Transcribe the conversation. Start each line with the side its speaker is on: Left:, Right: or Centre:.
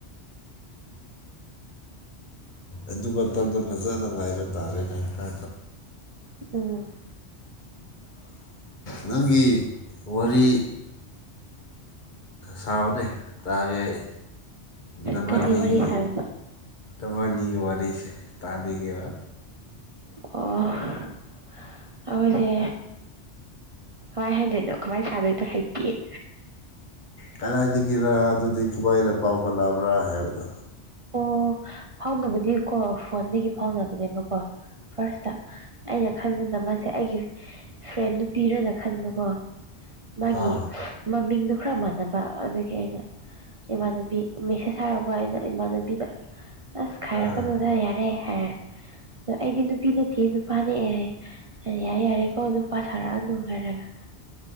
Left: ꯑꯗꯨ ꯃꯇꯝꯗ ꯐꯖꯅ ꯉꯥꯏꯕ ꯇꯥꯔꯦꯅꯦ ꯀꯥ
Right: ꯎꯝ
Left: ꯅꯪꯒꯤ ꯋꯥꯔꯤ ꯁꯑꯣꯅꯦ ꯇꯥꯒꯦ ꯑꯩ ꯅꯕꯥꯅꯤꯒꯤ
Right: ꯀꯔꯤ ꯋꯥꯔꯤ ꯁꯥꯗꯣꯏꯅꯣ
Left: ꯅꯕꯥꯅꯤꯒꯤ ꯋꯥꯔꯤꯁꯦ ꯇꯥꯅꯤꯡꯉꯦꯕ
Right: ꯑꯣ ꯑꯩꯈꯣꯏꯁꯦ ꯀꯃꯥꯏ ꯍꯗꯣꯏꯅꯣ ꯀꯃꯥꯏ ꯁꯥꯥꯟꯗꯣꯏꯅꯣ ꯍꯩꯇꯦ
Left: ꯀꯗꯥꯏꯗꯒꯤꯔ ꯑꯗꯨꯗꯤ ꯀꯃꯥꯏꯅ ꯄꯥꯎ ꯐꯠꯅꯕ꯭ꯔꯥ ꯍꯥꯏꯕꯅꯣ
Right: ꯑꯣ ꯐꯥꯎꯅꯕꯗꯤꯀꯣ ꯐꯣꯟꯗꯒꯤ ꯐꯥꯎꯅꯕꯅꯦꯕꯀꯣ ꯐꯥꯔꯁꯇ ꯑꯩꯅ ꯈꯟꯕꯅ ꯃꯥꯁꯦ ꯑꯩꯒꯤ ꯐ꯭ꯔꯦꯟꯗꯨ ꯄꯤꯔꯅ ꯈꯟꯕꯀꯣ ꯃꯥꯒꯤ
Left: ꯑꯥ
Right: ꯃꯃꯤꯡꯗꯣ ꯈꯔ ꯃꯥꯟꯅꯕ ꯑꯗꯨꯒꯤ ꯑꯩꯅ ꯏꯃꯥꯟꯅꯕꯤ ꯃꯦꯁꯦꯁ ꯊꯔꯛꯄ ꯑꯩꯅ ꯏꯃꯥꯟꯅꯕꯤꯗ ꯑꯁ ꯈꯥꯏꯔꯛꯀꯅꯣꯗ
Left: ꯑꯥ
Right: ꯌꯥꯔꯦ ꯍꯥꯏꯔꯦ ꯑꯗ ꯑꯩꯗꯤ ꯅꯨꯄꯤ ꯅꯠꯇꯦ ꯅꯨꯄꯥꯅꯦꯑꯍꯦ ꯌꯥꯔꯦ ꯌꯥꯔꯦꯀꯣ ꯅꯨꯄꯥ ꯁꯥꯔꯛꯑꯅꯨ ꯍꯥꯏꯔꯒ